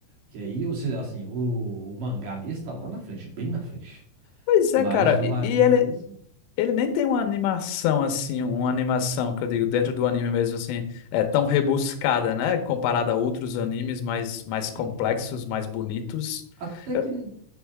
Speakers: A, on the right (about 50°); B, on the left (about 80°).
A: Que aí, ou seja, assim, o, o mangá mesmo tá lá na frente, bem na frente.
B: Pois é,
A: Mas
B: cara.
A: o
B: E,
A: anime
B: e ele
A: mesmo,
B: Ele nem tem uma animação assim, uma animação que eu digo dentro do anime mesmo assim, é tão rebuscada, né? Comparada a outros animes mais, mais
A: Sim.
B: complexos, mais bonitos.
A: até que
B: Eu-
A: n-